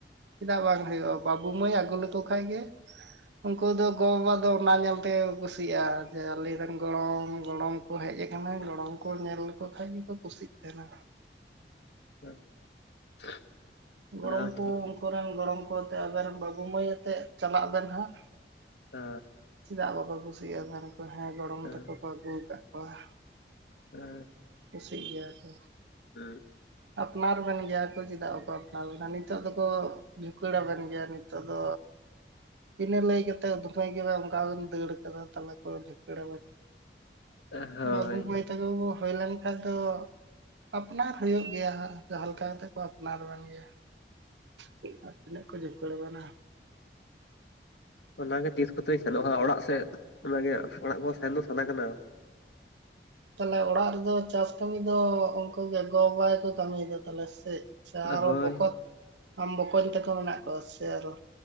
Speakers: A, on the right; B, on the left.
A: ᱪᱮᱫᱟᱜ ᱵᱟᱝ ᱦᱩᱭᱩᱜᱼᱟ ᱵᱟᱹᱵᱩ ᱢᱟᱹᱭ ᱟᱹᱜᱩ ᱞᱮᱠᱚ ᱠᱷᱟᱡ ᱜᱮ ᱩᱱᱠᱩ ᱫᱚ ᱜᱚ ᱵᱟᱵᱟ ᱫᱚ ᱚᱱᱟ ᱧᱮᱞ ᱛᱮ ᱠᱩᱥᱤᱜᱼᱟ ᱡᱮ ᱟᱞᱧᱨᱮ ᱨᱮᱱ ᱜᱚᱲᱚᱢ ᱜᱚᱲᱚᱢ ᱦᱮᱡ ᱟᱠᱟᱱᱟ ᱜᱚᱲᱚᱢ ᱠᱚ ᱧᱮᱞ ᱞᱮᱠᱚ ᱠᱷᱟᱡ ᱜᱮᱠᱚ ᱠᱩᱥᱤᱜ ᱠᱟᱱᱟ
B: <unintelligible>
A: ᱜᱚᱲᱚᱢᱠᱩ
B: ᱚᱱᱟ ᱦᱚᱸ ᱴᱷᱤᱠ ᱜᱮ
A: ᱩᱱᱠᱩᱮᱱ ᱜᱚᱲᱚᱢ ᱠᱚ ᱟᱛᱮ ᱟᱵᱮᱱ ᱵᱟᱹᱵᱩ ᱢᱟᱹᱭ ᱟᱛᱮᱜ ᱪᱟᱞᱟᱜ ᱵᱮᱱ ᱦᱟᱸᱜ
B: ᱦᱮᱸ
A: ᱪᱮᱫᱟᱜ ᱵᱟᱠᱚ ᱠᱩᱥᱤᱭᱟᱜᱼᱟ ᱢᱮ ᱠᱚ ᱦᱮᱸ ᱜᱚᱲᱚᱢ
B: ᱦᱮᱸ
A: ᱛᱟᱠᱚ ᱠᱚ ᱟᱹᱜᱩ ᱠᱟᱜ ᱠᱚᱣᱟ᱾
B: ᱦᱮᱸ
A: ᱠᱩᱥᱤᱜ ᱜᱮᱭᱟ ᱠᱚ
B: ᱦᱩᱸ
A: ᱟᱯᱱᱟᱨᱱ ᱵᱮᱱ ᱜᱮᱭᱟ ᱠᱚ ᱪᱮᱫᱟᱜ ᱵᱟᱠᱚ ᱟᱯᱱᱟᱨᱱᱟᱨ ᱵᱮᱱᱟ ᱱᱤᱛᱚᱜ ᱫᱚᱠᱚ ᱡᱷᱩᱠᱩᱲᱟ. ᱠᱟᱱ ᱜᱮᱭᱟ ᱱᱤᱛᱚᱜ ᱫᱚ ᱵᱤᱱᱟᱹ ᱞᱟᱹᱭ ᱠᱟᱛᱮᱜ ᱫᱚ ᱩᱯᱟ. ᱭ ᱜᱤ ᱵᱟᱝ ᱚᱠᱟ ᱫᱟᱹᱲ ᱠᱟᱫᱟ ᱛᱟᱞᱟ ᱠᱚ ᱡᱷᱩᱠᱲᱟᱹ
B: ᱦᱮᱸ ᱦᱳᱭ
A: ᱵᱟᱹᱵᱩ ᱢᱟᱹᱭ? <unintelligible> ᱦᱩᱭ ᱞᱮᱱ ᱠᱷᱟᱱᱡ ᱫᱚ ᱟᱯᱱᱟᱨ ᱦᱩᱭᱩᱜ ᱜᱮᱭᱟ ᱦᱟᱸᱜ ᱡᱟᱦᱟᱸ ᱞᱮᱠᱟ ᱠᱟᱛᱮᱜ ᱠᱚ ᱟᱯᱱᱟᱨ ᱜᱮᱭᱟ ᱪᱮᱫᱠᱟ ᱛᱤᱱᱟᱹᱜ ᱠᱚ ᱡᱷᱩᱠᱟᱹᱲ ᱟᱵᱮᱱᱟ
B: ᱚᱱᱟᱜᱮ ᱛᱤᱥ ᱠᱚᱛᱮᱧ ᱥᱮᱱᱚᱜᱼᱟ ᱚᱲᱟᱜ ᱥᱮᱫ ᱚᱱᱟᱜᱮ ᱚᱲᱟᱜ ᱠᱚ ᱥᱮᱱ ᱫᱚ ᱥᱟᱱᱟ ᱠᱟᱱᱟ
A: ᱛᱟᱦᱞᱮ ᱚᱲᱟᱜ ᱨᱮᱫᱚ ᱪᱟᱥ ᱠᱟᱹᱢᱤ ᱫᱚ ᱩᱱᱠᱚ ᱜᱮ ᱜᱚ ᱵᱟᱵᱟᱠᱚ ᱠᱟᱹᱢᱤᱭᱮᱫᱟ ᱛᱟᱞᱮ ᱥᱮ? ᱥᱮ ᱟᱨᱚ
B: ᱦᱳᱭ
A: ᱵᱚᱠᱚᱛ ᱟᱢ ᱵᱚᱠᱚᱧ ᱛᱟᱠᱚ ᱢᱮᱱᱟᱜ ᱠᱚᱣᱟ ᱥᱮ ᱟᱨᱚ?